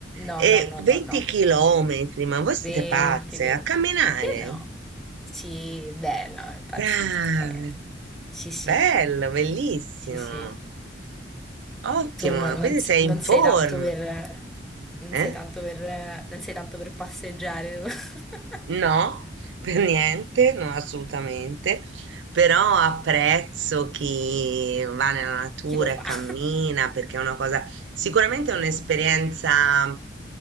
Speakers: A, in the centre; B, on the right.
A: No,
B: E
A: no, no,
B: 20
A: no, no.
B: chilometri, ma voi siete
A: 20,
B: pazze,
A: 20.
B: a camminare?
A: Eh no. Sì, bella, impazzisca,
B: Brave,
A: vabbè. Sì, sì.
B: bello, bellissimo,
A: Sì, sì.
B: ottimo,
A: Tu non,
B: quindi
A: non se-
B: sei
A: non
B: in forma,
A: sei tanto per, non
B: eh?
A: sei tanto per, non sei tanto per passeggiare. <laughs>
B: No, per niente, no, assolutamente, però apprezzo chi va nella natura
A: Chi lo fa?
B: e cammina
A: <laughs>
B: perché è una cosa, sicuramente è un'esperienza